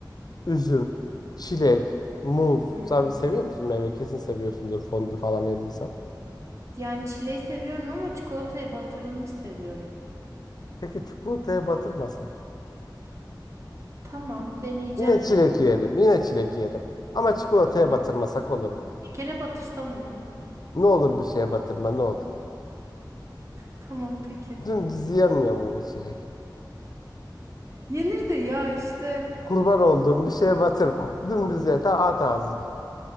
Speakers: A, on the left; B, on the right.
A: Üzüm, çilek, muz.
B: Hmm.
A: Sen seviyor musun meyve? Kesin seviyorsundur fondü falan yediysen.
B: Yani çileği seviyorum ama çikolataya batırılmış seviyorum.
A: Peki çikolataya batırmasak?
B: Tamam, deneyeceğim
A: Yine çilek
B: bunu.
A: yiyelim. Yine çilek yiyelim. Ama çikolataya
B: Tamam.
A: batırmasak olur mu?
B: Şekere batırsam olur mu?
A: Ne olur bir şeye batırma ne olur.
B: Tamam, peki.
A: Dümdüz yenmiyor mu bu çilek?
B: Yenir de ya işte.
A: Kurban olduğum bir şeye batırma. Dümdüz ye ta at ağzına.